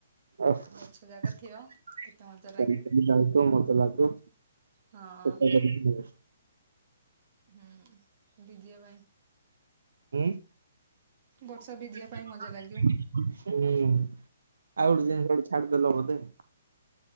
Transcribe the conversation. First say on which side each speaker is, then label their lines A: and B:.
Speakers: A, on the right; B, on the right.
A: ଓଫ,
B: ଗଛ ଯାକ
A: ଚାଲି
B: ଥିବ କେତେ ମଜା ଲାଗିବ
A: ଚାଲି ଯାଉଥିବ ମଜା ଲାଗୁଥିବ।
B: ହଁ
A: <unintelligible>
B: ହୁଁ ଦିଦିଆ ଭାଇ।
A: ହୁଁ?
B: ବର୍ଷା
A: ହୁଁ।
B: ଭିଜିବା ପାଇଁ ମଜା
A: ଆଉ
B: ଲାଗିବ
A: ଗୋଟେ ଜିନିଷ ଗୋଟେ ଛାଡିଦେଲ ବୋଧେ।